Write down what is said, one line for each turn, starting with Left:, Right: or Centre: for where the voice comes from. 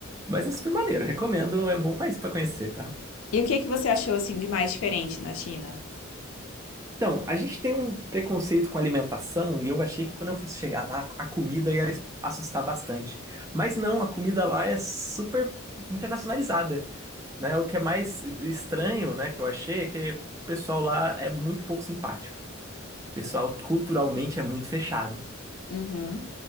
Right: mas é super maneiro, recomendo, é um bom país pra conhecer, tá?
Left: E o que que você achou assim de mais diferente na China?
Right: Então, a gente tem um preconceito com alimentação e eu achei que quando eu fosse chegar lá, a comida ia assustar bastante. Mas não, a comida lá é super internacionalizada, né? O que é mais estranho, né, que eu achei é que o pessoal lá é muito pouco simpático. O pessoal culturalmente é muito fechado.
Left: Uhum.